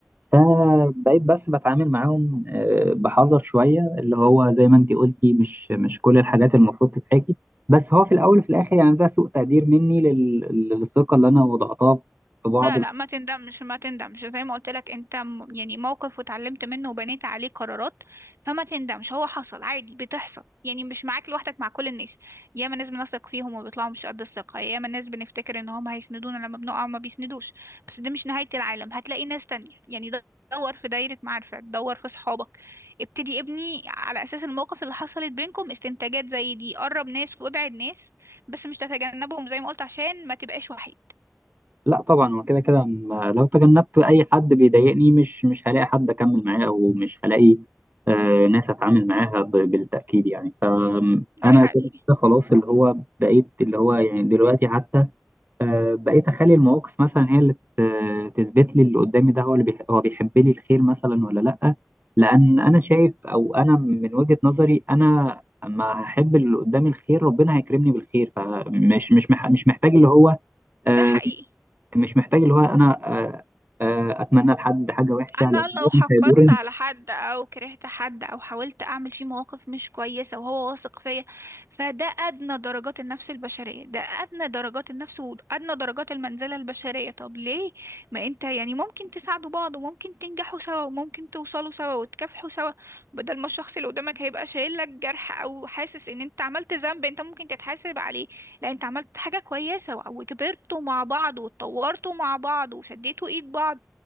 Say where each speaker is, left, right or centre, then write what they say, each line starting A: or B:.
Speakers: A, on the right (about 45°); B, on the right (about 65°).
A: فبقيت بس بتعامل معاهم آه، بحذر شوية اللي هو زي ما أنت قلتي مش مش كل الحاجات المفروض تتحكي بس هو في الأول وفي الآخر يعني ده سوء تقدير مني لل- للثقة اللي أنا وضعتها في بعض
B: لا لا ما تندمش ما تندمش زي ما قلت لك انت م- يعني موقف واتعلمت منه وبنيت عليه قرارات فما تندمش هو حصل عادي بتحصل يعني مش معاك لوحدك مع كل الناس ياما ناس بنثق فيهم وبيطلعوا مش قد الثقة ياما ناس بنفتكر ان هم هيسندونا لما بنقع وما بيسندوش بس ده مش نهاية العالم هتلاقي ناس تانية يعني د- دور في دايرة معارفك دور في صحابك ابتدي ابني على اساس المواقف اللي حصلت بينكم استنتاجات زي دي قرب ناس وابعد ناس بس مش تتجنبهم زي ما قلت عشان ما تبقاش وحيد
A: لا طبعا هو كده كده م- لو تجنبت اي حد بيضايقني مش مش هلاقي حد اكمل معاه او مش هلاقي آه، ناس اتعامل معاها ب- بالتاكيد يعني فانا
B: ده حقيقي
A: كده كده خلاص اللي هو بقيت اللي هو يعني دلوقتي حتى آه، بقيت اخلي المواقف مثلا هي اللي ت- تثبت لي اللي قدامي ده هو اللي بيح- هو بيحب لي الخير مثلا ولا لا لان انا شايف او انا من وجهة نظري انا اما هحب اللي قدامي الخير ربنا هيكرمني بالخير فمش مش مح- مش محتاج اللي هو
B: ده
A: آه،
B: حقيقي
A: مش محتاج اللي هو انا آه، آه، اتمنى لحد حاجه وحشه
B: انا
A: لان هو
B: لو حقدت
A: مش هيضرني
B: على حد او كرهت حد او حاولت اعمل فيه مواقف مش كويسه وهو واثق فيا فده ادنى درجات النفس البشريه ده ادنى درجات النفس وادنى درجات المنزله البشريه طب ليه ما انت يعني ممكن تساعدوا بعض وممكن تنجحوا سوا وممكن توصلوا سوا وتكافحوا سوا بدل ما الشخص اللي قدامك هيبقى شايل لك جرح او حاسس ان انت عملت ذنب انت ممكن تتحاسب عليه لا انت عملت حاجه كويسه وكبرتوا مع بعض واتطورتوا مع بعض وشديتوا ايد بعض